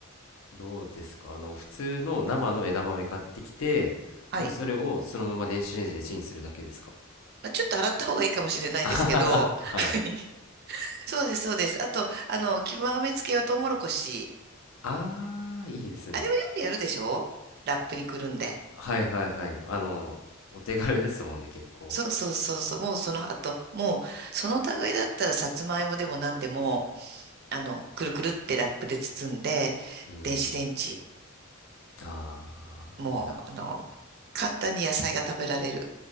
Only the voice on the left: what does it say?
どうですかあの普通の生の枝豆買ってきてもうそれをそのまま電子レンジでチンするだけですか
あははは
<laughs> はい
あーいいですね
はいはいはいあのお手軽ですもんね結構
うん
あーいいな